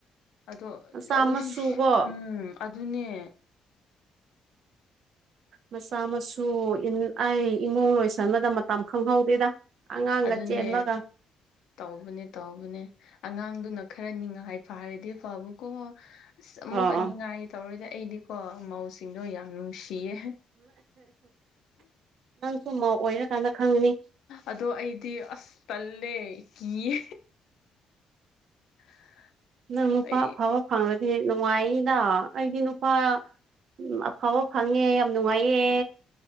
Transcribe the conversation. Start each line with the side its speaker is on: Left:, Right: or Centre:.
Left: ꯑꯗꯣ
Right: ꯃꯆꯥ
Left: ꯂꯧꯁꯨ
Right: ꯃꯁꯨꯀꯣ
Left: ꯎꯝ ꯑꯗꯨꯅꯦ
Right: ꯃꯆꯥ ꯃꯁꯨ ꯏꯟ ꯑꯩ ꯏꯃꯨꯡ ꯂꯣꯏꯁꯟꯕꯗ ꯃꯇꯝ ꯈꯪꯍꯧꯗꯦꯗ ꯑꯉꯥꯡꯒ
Left: ꯑꯗꯨꯅꯦ
Right: ꯆꯦꯟꯕꯒ
Left: ꯇꯧꯕꯅꯦ ꯇꯧꯕꯅꯦ ꯑꯉꯥꯡꯗꯨꯅ ꯈꯔ ꯅꯤꯡꯉꯥꯏ ꯐꯥꯔꯗꯤ ꯐꯥꯕꯀꯣ ꯑꯁ ꯑꯃꯨꯛꯀ
Right: ꯑꯣ
Left: ꯅꯤꯡꯉꯥꯏ ꯇꯧꯔꯗꯤ ꯑꯩꯗꯤꯀꯣ ꯃꯧꯁꯤꯡꯗꯣ ꯌꯥꯝ ꯅꯨꯡꯁꯤꯌꯦ
Right: ꯅꯪꯁꯨ ꯃꯧ ꯑꯣꯏꯔꯀꯥꯟꯗ ꯈꯪꯅꯤ
Left: ꯑꯗꯣ ꯑꯩꯗꯤ ꯑꯁ ꯇꯜꯂꯦ ꯀꯤꯌꯦ <inaudible>
Right: ꯅꯪ ꯅꯨꯄꯥ
Left: ꯑꯩ
Right: ꯑꯐꯕ ꯐꯪꯂꯗꯤ ꯅꯨꯡꯉꯥꯏꯅꯤꯗ ꯑꯩꯗꯤ ꯅꯨꯄꯥ ꯎꯝ ꯑꯐꯕ ꯐꯪꯉꯦ ꯌꯥꯝ ꯅꯨꯡꯉꯥꯏꯌꯦ